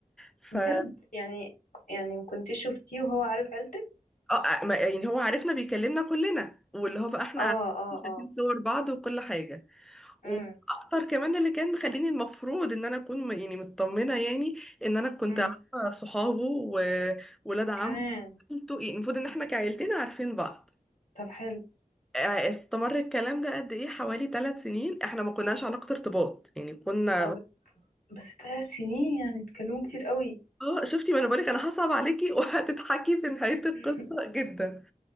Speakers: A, in the centre; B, on the left.
A: ف
B: بجد
A: آه،
B: يعني يعني ما كنتش شفتيه وهو عارف عيلتك
A: آه، ما- يعني هو عارفنا بيكلمنا كلنا واللي هو بقى احنا
B: اه
A: عارفين
B: اه
A: شايفين
B: اه
A: صور بعض وكل حاجه واكتر
B: امم
A: كمان اللي كان مخليني المفروض ان انا اكون م- يعني مطمنه يعني ان انا كنت
B: امم
A: عارفه صحابه وولاد عم
B: كمان
A: عيلته يعني المفروض ان احنا كعيلتنا عارفين بعض
B: طب حلو
A: آه، استمر الكلام ده قد ايه حوالي ثلاث سنين احنا ما كناش علاقه ارتباط يعني كنا
B: اه بت... بس ثلاث سنين يعني اتكلموا كتير قوي
A: اه شفتي ما انا بقولك انا هصعب عليكي <laughs> وهتضحكي في نهايه القصه
B: <laughs>
A: جدا